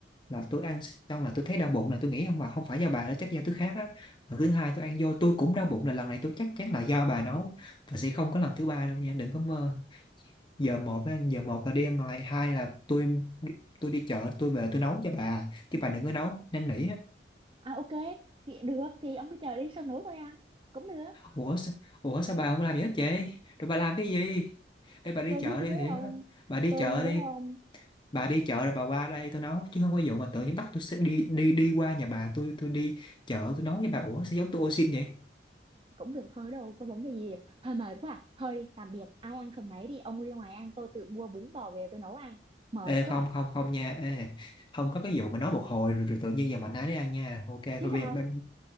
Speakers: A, on the left (about 25°); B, on the right (about 30°).
A: là tôi ăn xong là tôi thấy đau bụng là tôi nghĩ không mà không phải do bà đó chắc do tôi khác á lần thứ hai tôi ăn vô tôi cũng đau bụng là lần này tôi chắc chắn là do bà nấu và sẽ không có lần thứ ba đâu nha đừng có mơ giờ một á, giờ một là đi ăn ngoài hai là tôi tôi đi chợ tôi về tôi nấu cho bà chứ bà đừng có nấu năn nỉ
B: à ok thì được thì ông cứ chờ đi xong nấu tôi ăn cũng được
A: Ủa sao, Ủa sao bà không làm gì hết vậy? Rồi bà làm cái gì? Ê bà đi
B: tôi
A: chợ
B: đi
A: đi
B: với
A: Thiện
B: ông
A: á. Bà đi
B: tôi
A: chợ
B: đi với
A: đi.
B: ông
A: Bà đi chợ rồi bà qua đây tôi nấu chứ không có vụ mà tự nhiên bắt tôi sẽ đi đi đi qua nhà bà tôi tôi đi chợ tôi nấu với bà Ủa sao giống tôi ô xin vậy?
B: cũng được thôi đâu có vấn đề gì hơi mệt quá à. thôi đi tạm biệt ai ăn phần nấy đi ông đi ngoài ăn tôi tự mua bún bò về tôi nấu ăn mệt
A: Ê
B: quá
A: không
B: à.
A: không không nha. Ê không có cái vụ mà nói một hồi rồi, rồi tự nhiên giờ mạnh ai đấy ăn nha. Ok
B: chứ
A: thôi bây
B: sao
A: giờ bây,